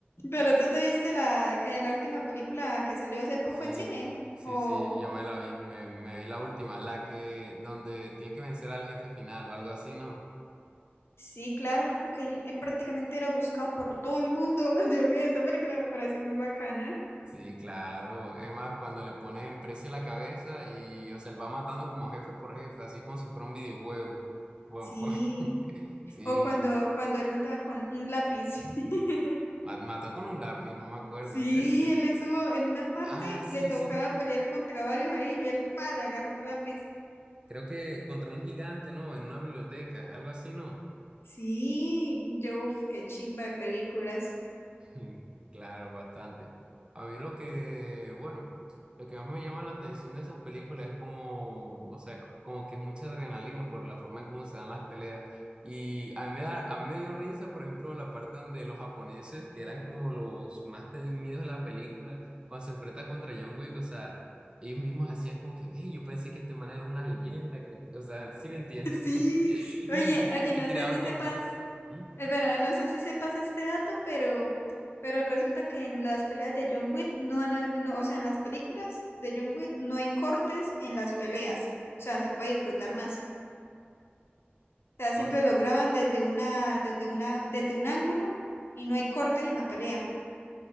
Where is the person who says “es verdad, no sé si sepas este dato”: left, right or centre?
Left